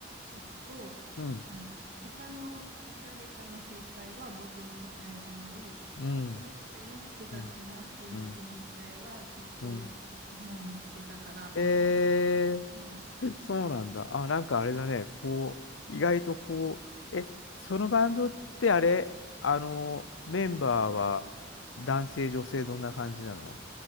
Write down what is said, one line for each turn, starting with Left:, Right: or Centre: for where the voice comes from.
Right: えっと、
Left: うん、
Right: あの、他の誰かの正解は僕の答えじゃない、
Left: うん、
Right: それぞれの複雑な数式の答えはきっともう見つけたからみたいな。
Left: うん、うん、うん。えー
Right: はい。
Left: <laughs> そうなんだ。あ、なんかあれだね。こう、意外とこう、え、そのバンドってあれ、あの、メンバーは男性、女性どんな感じなの